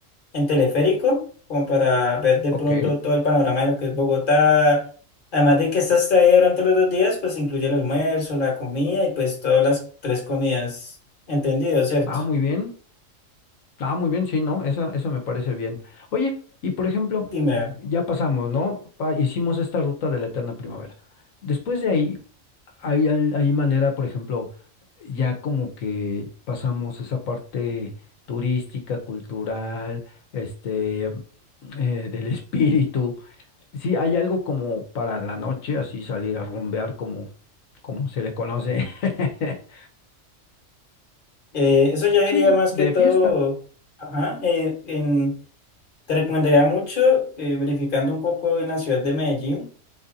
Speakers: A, on the left; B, on the left.
A: en teleférico como para ver de
B: ok.
A: pronto todo el panorama de lo que es Bogotá. Además de que estás ahí durante los dos días, pues incluye el almuerzo, la comida y pues todas las tres comidas. Entendido, ¿cierto?
B: Ah, muy bien. Ah, muy bien, sí, ¿no? Esa, esa me parece bien. Oye, y por ejemplo,
A: Dime,
B: ya pasamos, ¿no? Pa- hicimos esta ruta de la eterna primavera. Después de ahí, hay, al- hay manera, por ejemplo, ya como que pasamos esa parte turística, cultural, este, eh, del espíritu. Sí, hay algo como para la noche, así salir a rumbear como, como se le conoce. <laughs>
A: eh, eso ya sería
B: Sí,
A: más
B: de
A: que todo,
B: fiesta.
A: ajá, eh, en- te recomendaría mucho eh, verificando un poco en la ciudad de Medellín,